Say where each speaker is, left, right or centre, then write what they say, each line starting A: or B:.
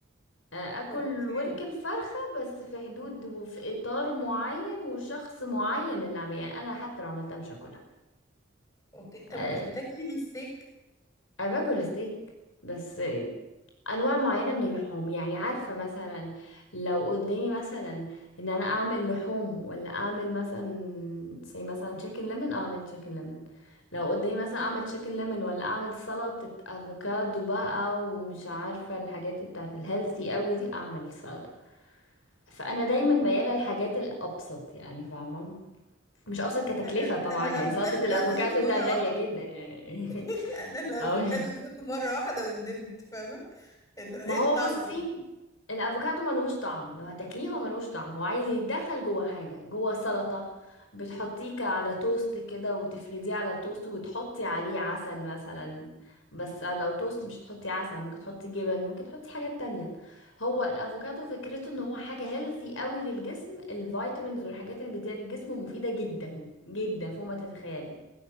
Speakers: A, on the left; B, on the left.
A: آه، اكل
B: اوكي
A: ورك الفرخه بس في حدود وفي اطار معين وشخص معين اللي عامل يعني انا حتى لو عملتها مش هاكلها
B: اوكي طب
A: آه،
B: مش بتاكلي الستيك
A: انا باكل ستيك بس انواع معينه من اللحوم يعني عارفه مثلا لو قدامي مثلا ان انا اعمل لحوم ولا اعمل مثلا زي مثلا تشيكن ليمون اعمل تشيكن ليمون لو قدامي مثلا اعمل تشيكن ليمون ولا اعمل سلطة افوكادو بقى ومش عارفة الحاجات بتاعت الهيلثي قوي دي اعمل سلطة فانا دايما
B: أفوكادو.
A: ميالة للحاجات الابسط يعني فاهمة مش ابسط كتكلفة
B: انا
A: طبعا
B: انا الافوكادو
A: يعني سلطة الافوكادو
B: ده دوقته مره
A: ده غالية
B: واحده
A: جدا يعني <laughs>
B: <laughs> انا الافوكادو
A: اه
B: دوقته مره واحده وندمت فاهمه اللي هو ايه
A: ما هو
B: الطعم
A: بصي
B: ده
A: الافوكادو ملهوش طعم لو هتاكليه هو ملهوش طعم هو عايز يتدخل جوه حاجه جوه سلطه بتحطيه ك- على توست كده وتفرديه على التوست وتحطي عليه عسل مثلا بس لو توست مش تحطي عسل ممكن تحطي جبن ممكن تحطي حاجات تانية هو الافوكادو فكرته ان هو حاجه هيلثي قوي للجسم الفيتامينز والحاجات اللي بتديها للجسم مفيده جدا جدا فوق ما تتخيلي